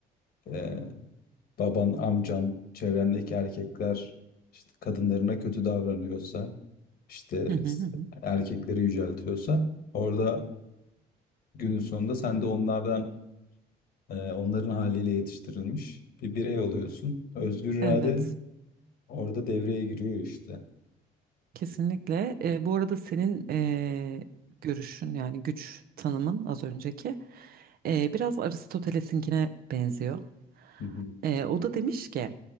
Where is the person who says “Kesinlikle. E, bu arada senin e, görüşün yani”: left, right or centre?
Right